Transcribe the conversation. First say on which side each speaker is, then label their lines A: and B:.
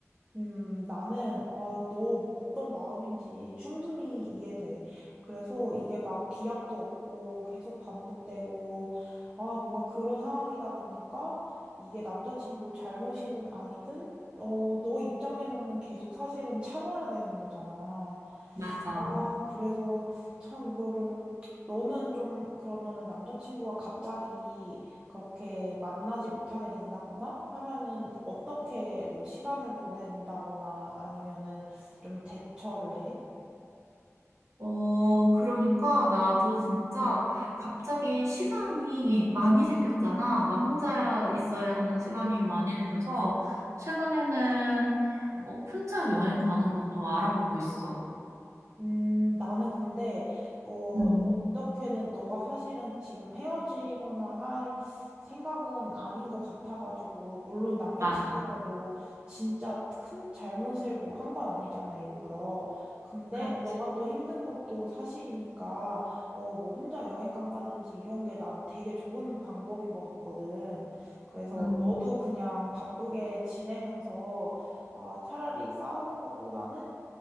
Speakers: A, on the right; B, on the right.
A: 음, 나는, 아, 너 어떤 마음인지 충분히 이해돼. 그래서 이게 막 기약도 없고 계속 반복되고, 아, 뭔가 그런 상황이다 보니까 이게 남자친구 잘못이든 아니든, 어, 너 입장에서는 계속 사실은 참아야 되는 거잖아.
B: 맞아.
A: 아, 그래서 참 이거를 너는 좀 그러면은 남자친구가 갑자기 그렇게 만나지 못하게 된다거나 하면은 어떻게 뭐 시간을 보낸다거나 아니면은 좀 대처를 해?
B: 어, 그러니까 나도 진짜 갑자기 시간이 많이 생겼잖아. 나 혼자 있어야 하는 시간이 많이 생겨서 최근에는 어, 혼자 여행 가는 것도 알아보고 있어.
A: 음, 나는 근데, 어,
B: 음,
A: 어떻게든 너가 사실은 지금 헤어지거나 할 생각은 아닌 것 같아가지고, 물론 남자친구가
B: 맞아.
A: 뭐, 진짜 큰 잘못을 뭐 한 건 아니잖아, 일부러. 근데
B: 그렇지.
A: 너가 또 힘든 것도 사실이니까, 어, 뭐 혼자 여행 간다든지 이런 게 난 되게 좋은 방법인 것 같거든. 그래서
B: 음.
A: 너도 그냥 바쁘게 지내면서, 아, 차라리 싸우는 것보다는